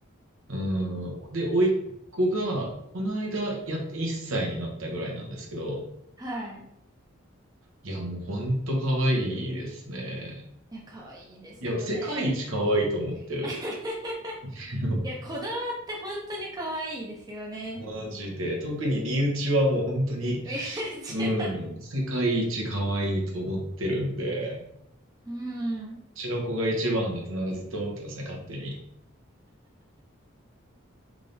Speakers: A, on the right; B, on the right.
A: うん、で、甥っ子が、この間、やっと1歳になったぐらいなんですけど、
B: あ、はい。
A: いや、もう本当可愛いですね。
B: いや、可愛いですよね。
A: いや、世界一可愛いと思ってる。
B: <laughs>
A: <laughs>
B: いや、こだわって本当に可愛いですよね。
A: マジで。特に身内はもう本当に、
B: <laughs> めっち
A: うん、
B: ゃ
A: 世界一可愛いと思ってるんで、
B: うん。
A: うちの子が一番だとなんかずっと思ってますね、勝手に。い